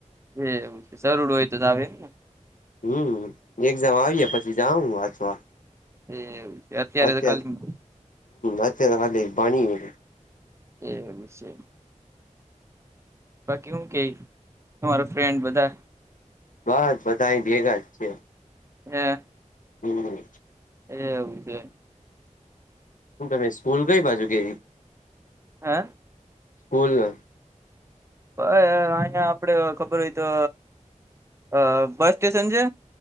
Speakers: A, on the right; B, on the left.
A: એ એવું છે. સરળું હોય તો ત આવે એમને
B: હમ. એક્ઝામ આવીએ પછી જાઉં વાચવા.
A: એવું. છે અત્યારે
B: અત
A: તો
B: હ
A: ખાલી
B: અત ખાલી પાણી.
A: એમ નિશ્ચય. બાકી હું કે મારો ફ્રેન્ડ બધા.
B: બસ બધા અહીંયા ભેગા છે.
A: એમ.
B: હમ.
A: એવું છે.
B: હું તમે સ્કૂલ કઈ બાજુ કે?
A: હા.
B: સ્કૂલ?
A: હ અહિયાં આપડ ખબર હોય તો અઆ બસ સ્ટેશન છે.